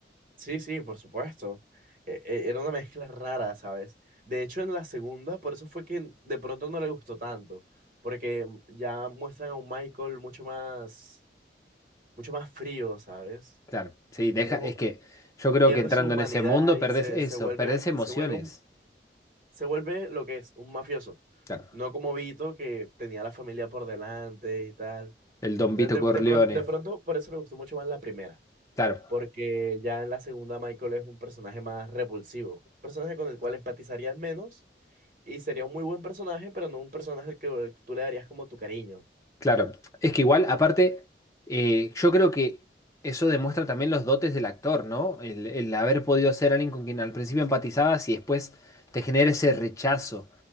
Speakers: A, on the right (about 45°); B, on the left (about 20°).
A: Sí, sí, por supuesto. E- e- Era una mezcla rara, ¿sabes? De hecho, en la segunda, por eso fue que de pronto no le gustó tanto, porque mm, ya muestran a un Michael mucho más, mucho más frío, ¿sabes?
B: Claro, sí, deja,
A: No,
B: es que yo creo
A: pierde
B: que entrando
A: su humanidad
B: en ese mundo
A: y
B: perdés
A: se,
B: eso,
A: se vuelve,
B: perdés emociones.
A: se vuelve un- se vuelve lo que es, un mafioso.
B: Claro.
A: No como Vito, que tenía la familia por delante y tal.
B: El Don Vito
A: Entonces,
B: Corleone,
A: de, de pron- de pronto, por eso le gustó mucho más la primera.
B: claro.
A: porque ya en la segunda Michael es un personaje más repulsivo, un personaje con el cual empatizarías menos y sería un muy buen personaje, pero no un personaje al que, al que tú le darías como tu cariño.
B: Claro, es que igual, aparte, eh, yo creo que eso demuestra también los dotes del actor, ¿no? El, el haber podido ser alguien con quien al principio empatizabas y después te genera ese rechazo.